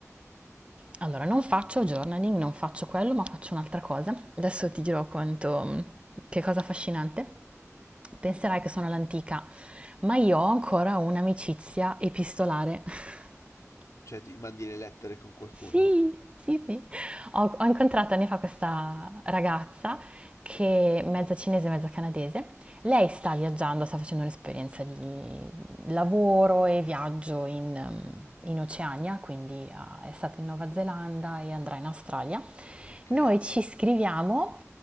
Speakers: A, on the right; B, on the left.
A: Allora, non faccio journaling, non faccio quello, ma faccio un'altra cosa. Adesso ti dirò quanto, che cosa affascinante. Penserai che sono all'antica, ma io ho ancora un'amicizia epistolare. <laughs>
B: Cioè, ti mandi le lettere con qualcuno?
A: Sì, sì, sì. Ho, ho incontrato anni fa questa ragazza che è mezza cinese, mezza canadese. Lei sta viaggiando, sta facendo un'esperienza di lavoro e viaggio in, ehm, in Oceania, quindi ah, è stata in Nuova Zelanda e andrà in Australia.
B: Ok,
A: Noi ci scriviamo